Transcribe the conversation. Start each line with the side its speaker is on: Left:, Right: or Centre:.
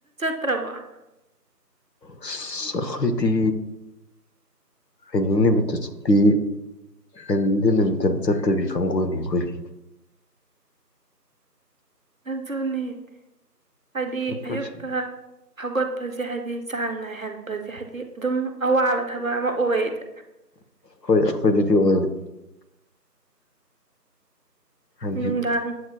Right: ꯇ꯭ꯔꯕ
Left: ꯑꯁ ꯑꯩꯈꯣꯏꯗꯤ ꯑꯅꯤꯡ ꯅꯨꯃꯤꯠꯇ ꯆꯠꯄꯤ ꯑꯅꯤꯡꯗ ꯅꯨꯃꯤꯠꯇꯅ ꯆꯠꯇꯕꯤ ꯀꯥꯡꯕꯨꯅꯤ ꯑꯩꯈꯣꯏꯗꯤ
Right: ꯑꯖꯨꯅꯤ ꯍꯥꯏꯗꯤ
Left: ꯆꯠꯄꯁꯦ
Right: ꯑꯌꯨꯛꯇ ꯍꯧꯒꯠꯄꯁꯦ ꯍꯥꯏꯕꯗꯤ ꯆꯥꯡ ꯅꯥꯏꯍꯟꯕꯁꯦ ꯍꯥꯏꯗꯤ ꯑꯗꯨꯝ ꯑꯋꯥꯕ ꯊꯕꯛ ꯑꯃ ꯑꯣꯏꯌꯦꯗ
Left: ꯍꯣꯏ ꯑꯩꯈꯣꯏ ꯑꯗꯨꯗꯤ ꯑꯣꯏꯅꯦ ꯍꯖꯤ
Right: ꯅꯨꯡꯗꯥꯡ